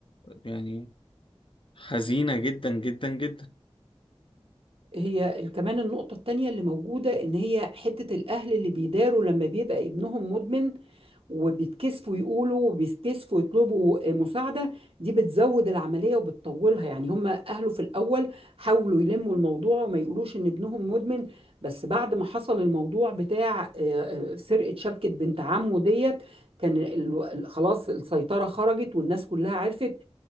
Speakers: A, on the left (about 55°); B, on the right (about 65°).
A: يعني حزينة جدا جدا جدا
B: هي ال- كمان النقطة التانية اللي موجودة إن هي حتة الأهل اللي بيداروا لما بيبقى ابنهم مدمن وبيتكسفوا يقولوا وبيتكسفوا يطلبوا مساعدة دي بتزود العملية وبتطولها يعني هم أهله في الأول حاولوا يلموا الموضوع وما يقولوش إن ابنهم مدمن بس بعد ما حصل الموضوع بتاع آه، آه، سرقة شبكة بنت عمه ديت كان ال- ال- خلاص السيطرة خرجت والناس كلها عرفت